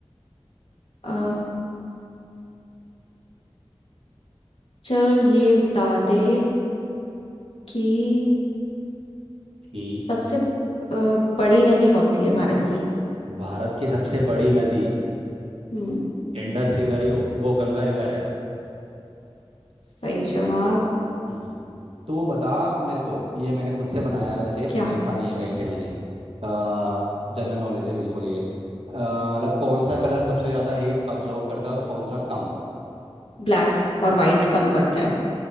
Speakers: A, on the left; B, on the right.
A: आ, चल ये बता दे कि
B: कि
A: सबसे अ, बड़ी नदी कौन सी है भारत की
B: भारत की सबसे बड़ी नदी
A: हम्म
B: इंडस रिवर ही हो वो गंगा रिवर है
A: सही जवाब
B: हम्म तू बता मेरे को ये मैंने खुद से बनाया है वैसे
A: क्या
B: देखा नहीं है कहीं से मैंने जनरल नॉलेज है बिल्कुल ये अ, मतलब कौन सा कलर सबसे ज़्यादा हीट अब्जॉर्व करता है और कौन सा कम
A: ब्लैक और वाइट कम करता है